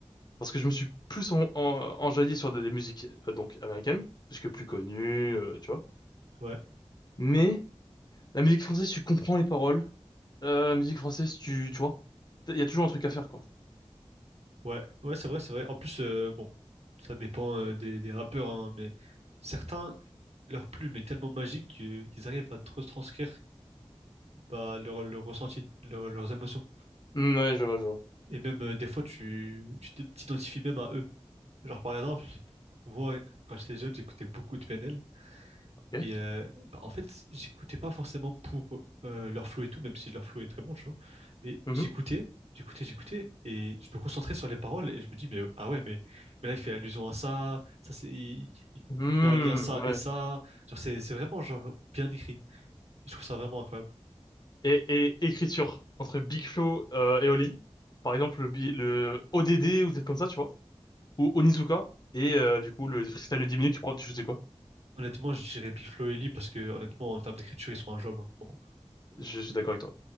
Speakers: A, on the left (about 40°); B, on the right (about 75°).
A: Parce que je me suis plus en, en, enjaillé sur des, des musiques, euh, donc, américaines. Puisque plus connues, euh, tu vois.
B: Ouais,
A: Mais, La musique française, tu comprends les paroles. Euh, la musique française, tu, tu vois, il y a toujours un truc à faire, quoi.
B: ouais, ouais, c'est vrai, c'est vrai. En plus, euh, bon, ça dépend euh, des, des rappeurs, hein, mais certains, leur plume est tellement magique que- qu'ils arrivent à te retranscrire bah, leur, leur ressenti, leur- leurs émotions.
A: Hmm, ouais, je vois, je vois.
B: Et même euh, des fois, tu tu t'identifies même à eux. Genre, par exemple, moi, quand j'étais jeune, j'écoutais beaucoup de PNL.
A: Ok.
B: Et euh, bah, en fait, j'écoutais pas forcément pour euh, leur flow et tout, même si leur flow est très bon, tu vois. Mais
A: Mhm.
B: j'écoutais, j'écoutais, j'écoutais, et je me concentrais sur les paroles et je me dis, mais euh, ah ouais, mais, mais là il fait allusion à ça, ça c'est, il, il-
A: Hmm,
B: il met en lien ça et
A: ouais.
B: ça. Genre c'est, c'est vraiment genre bien écrit. Je trouve ça vraiment incroyable.
A: Et, et écriture entre Big Flo euh, et Oli, par exemple le, bi- le ODD ou des trucs comme ça, tu vois, ou Onizuka et euh, du coup le freestyle de 10 minutes, tu prends, tu sais quoi?
B: Honnêtement, je dirais Big Flo et Lee parce que honnêtement, en termes d'écriture, ils sont injouables hein, pour moi.
A: Je suis d'accord avec toi.